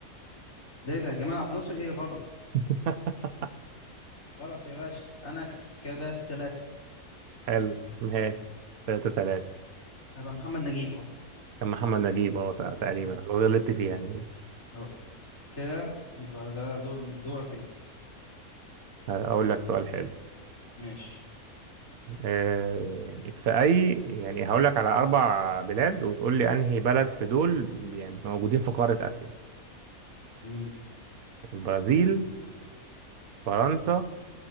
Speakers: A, on the left (about 65°); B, on the right (about 75°).
A: ده إيه ده جمال عبد الناصر إيه غلط
B: <laughs>
A: غلط يا باشا أنا أكسب كده تلاتة تلاتة
B: حلو ماشي تلاتة تلاتة
A: أبقى محمد نجيب أصلا
B: كان محمد نجيب اه تقريبا
A: أه
B: غلطت فيها يعني
A: أه كده يبقى ده دور دورك أنت
B: هقول لك سؤال حلو
A: ماشي
B: آه، يعني في أي يعني هقول لك على أربع بلاد وتقول لي أنهي بلد في دول يعني موجودين في قارة آسيا
A: مم.
B: البرازيل فرنسا